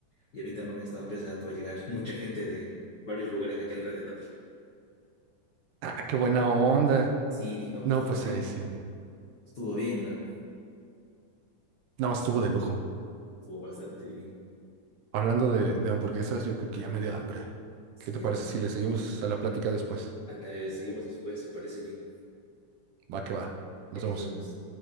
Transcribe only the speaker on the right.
Ah, qué buena onda.
No,
pues
ahí sí.
No, estuvo de lujo.
Hablando de, de hamburguesas, yo creo que ya me dio hambre.
¿Qué te parece
si le seguimos a la plática después?
Va que va. Nos
vemos.